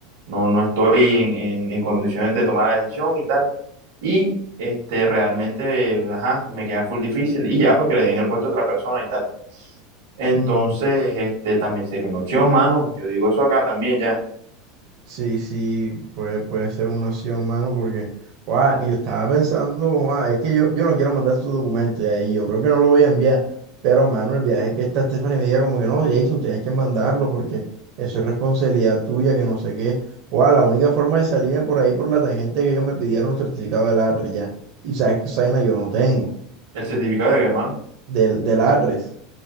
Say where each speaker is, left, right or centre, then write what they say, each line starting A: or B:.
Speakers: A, on the right; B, on the right.
A: no, no estoy en, en- en condiciones de tomar la decisión y tal. Y este, realmente, ajá, me queda full difícil y ya, para que le den el puesto a otra persona y tal. Entonces,
B: Mm.
A: este, también sería una opción, mano. Yo digo eso acá también ya.
B: Sí, sí, puede, puede ser una opción, mano, porque, guau, yo estaba pensando, guau, es que yo, yo no quiero mandar su documentos y ahí yo creo que no lo voy a enviar, pero, mano, el viaje que está Stephanie me diga como que no, Jason, tienes que mandarlo porque eso es responsabilidad tuya, que no sé qué, guau, la única forma de salirme por ahí por la tangente es que ellos me pidieron un certificado de ATRES ya, y sabes que esa vaina yo no tengo,
A: El certificado de que, hermano.
B: del, del ATRES,